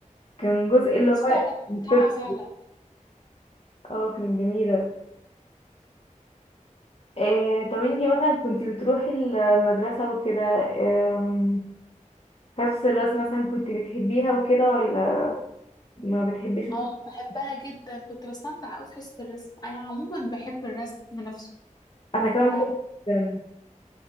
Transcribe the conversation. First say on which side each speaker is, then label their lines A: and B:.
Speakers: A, on the left; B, on the left.
A: كان جزء اللي
B: دراستها
A: هو
B: كانت
A: الفيزياء
B: ممتعة فعلا
A: اه كانت جميلة إيه طب انتي مثلا كنتي بتروحي المدرسة وكده آم، حصص الرسم مثلا كنتي بتحبيها وكده ولا ما بتحبيش مثلا
B: اه بحبها جدا كنت بستمتع أوي في حصة الرسم أنا عموما بحب الرسم نفسه
A: انا كمان
B: ف
A: برضه جدا